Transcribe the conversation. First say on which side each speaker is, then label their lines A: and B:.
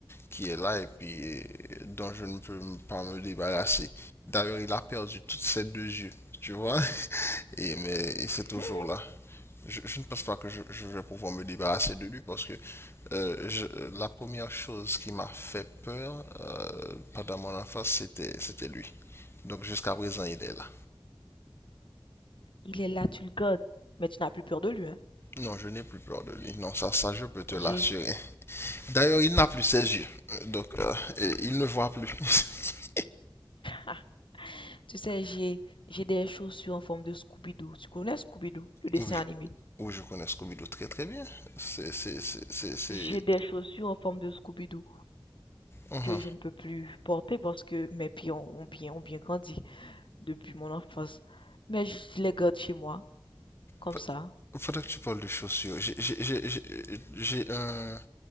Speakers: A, on the left; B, on the left.
A: qui est là et puis euh, dont je ne peux pas me débarrasser. D'ailleurs, il a perdu toutes ses deux yeux, tu vois, et mais et c'est toujours
B: Mhm.
A: là. Je, je ne pense pas que je, je vais pouvoir me débarrasser de lui parce que euh, je- la première chose qui m'a fait peur euh, pendant mon enfance, c'était c'était lui. Donc jusqu'à présent, il est là.
B: Il est là, tu le gardes, mais tu n'as plus peur de lui, hein.
A: Non, je n'ai plus peur de lui. Non, ça, ça, je peux te
B: J'ai,
A: l'assurer. D'ailleurs, il n'a plus ses yeux. Donc, euh, il ne voit plus. <laughs>
B: ah, tu sais, j'ai, j'ai des chaussures en forme de Scooby-Doo. Tu connais Scooby-Doo, le dessin
A: Oui,
B: animé?
A: Oui, je connais Scooby-Doo très très bien. C'est, c'est, c'est, c'est, c'est...
B: J'ai des chaussures en forme de Scooby-Doo
A: Uhum.
B: que je ne peux plus porter parce que mes pieds ont, ont bien, ont bien grandi depuis mon enfance. Mais je les garde chez moi, comme
A: Fa-
B: ça.
A: Faudrait que tu parles de chaussures. J'ai, j'ai, j'ai, j'ai j'ai un,